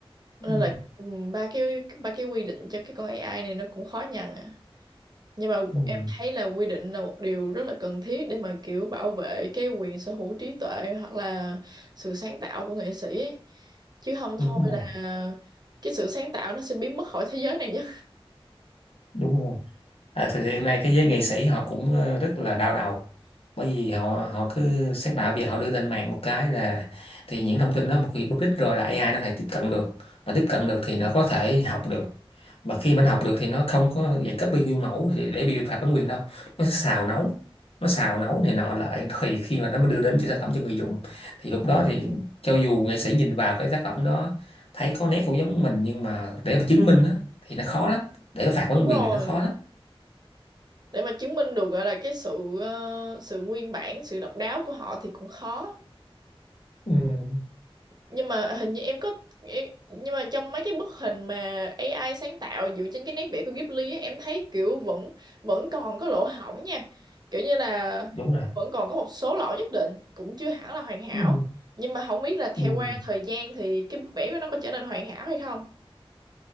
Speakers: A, on the right; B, on the left.
A: nên
B: ừ.
A: là ừm, ba cái ba cái quy định cho cái con AI này nó cũng khó nhằn à nhưng mà
B: Ừ.
A: em thấy là quy định là một điều rất là cần thiết để mà kiểu bảo vệ cái quyền sở hữu trí tuệ hoặc là sự sáng tạo của nghệ sĩ ấy. chứ không
B: đúng
A: thôi là
B: rồi
A: cái sự sáng tạo nó sẽ biến mất khỏi thế giới này nhé
B: đúng rồi À, thực hiện nay cái giới nghệ sĩ họ cũng ờ, rất là đau đầu bởi vì họ họ cứ sáng tạo bây giờ họ đưa lên mạng một cái là thì những thông tin đó một khi bất ích rồi là AI nó có thể tiếp cận được và tiếp cận được thì nó có thể học được và khi mà nó học được thì nó không có dạng copy nguyên mẫu thì để bị phạt bản quyền đâu nó sẽ xào nấu nó xào nấu này nọ lại thì khi mà nó mới đưa đến cho sản phẩm cho người dùng thì lúc đó thì cho dù nghệ sĩ nhìn vào cái tác phẩm đó thấy có nét cũng giống mình nhưng mà để mà chứng minh á, thì nó khó lắm để phạt bản
A: <laughs> đúng
B: quyền
A: rồi
B: thì nó khó lắm
A: để mà chứng minh được gọi là cái sự ờ, sự nguyên bản sự độc đáo của họ thì cũng khó
B: ừ,
A: nhưng mà hình như em có em, nhưng mà trong mấy cái bức hình mà AI sáng tạo dựa trên cái nét vẽ của Ghibli á, em thấy kiểu vẫn vẫn còn có lỗ hổng nha kiểu như là
B: đúng rồi
A: vẫn còn có một số lỗi nhất định cũng chưa hẳn là hoàn hảo
B: ừ,
A: nhưng mà không biết là theo
B: ừ.
A: qua thời gian thì cái bức vẽ của nó có trở nên hoàn hảo hay không